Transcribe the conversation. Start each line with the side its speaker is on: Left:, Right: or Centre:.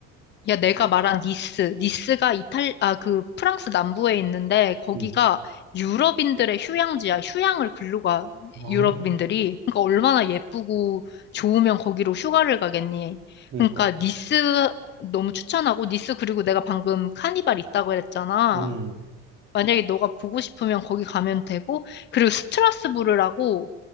Left: 야, 내가 말한 니스. 니스가 이탈, 아, 그 프랑스 남부에 있는데 거기가
Right: 음.
Left: 유럽인들의 휴양지야. 휴양을 글로 가.
Right: 아,
Left: 유럽인들이. 그러니까 얼마나 예쁘고 좋으면 거기로 휴가를 가겠니.
Right: 그니까.
Left: 그러니까 니스 너무 추천하고 니스 그리고 내가 방금 카니발 있다고 그랬잖아.
Right: 음,
Left: 만약에 너가 보고 싶으면 거기 가면 되고, 그리고 스트라스부르라고